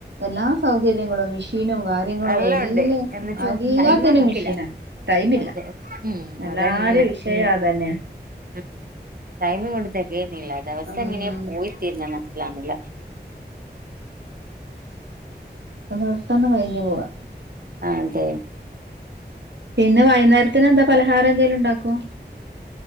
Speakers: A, on the right (about 85°); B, on the right (about 55°).
A: എല്ലാ സൗകര്യങ്ങളും മെഷീനും കാര്യങ്ങളും
B: എല്ലാം
A: കാര്യങ്ങളോ
B: ഉണ്ട്
A: എല്ലാ
B: എന്നിട്ടും
A: എല്ലാത്തിനും
B: ടൈം നമ്മക്കില്ല
A: മിഷീന ടൈമില്ല
B: അതെ ഉം
A: എല്ലാരിം
B: അതന്നെ
A: വിഷയം അതെന്നെ
B: ഉം ടൈമിങ്ങ്ട്ട് തെകേണില്ല ദിവസങ്ങനെ
A: ഉം
B: പോയി തീരണ്ന്ന് മനസിലാവിണില്ല
A: വന്ന് പെട്ടെന്ന് കഴിഞ്ഞു പോവാ
B: ആഹ് അതെ
A: പിന്നെ വൈന്നേരത്തിന് എന്താ പലഹാരം എന്തേലും ഉണ്ടാകോ